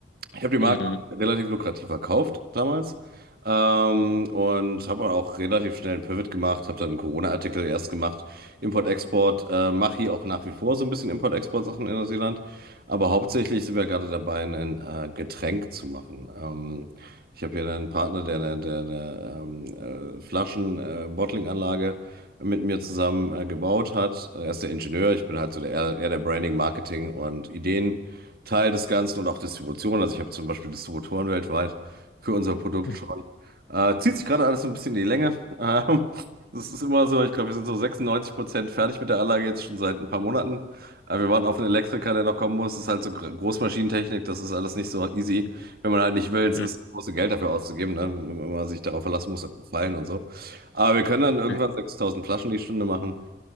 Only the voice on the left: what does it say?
Mhm.
Mhm.
Mhm.
Mhm.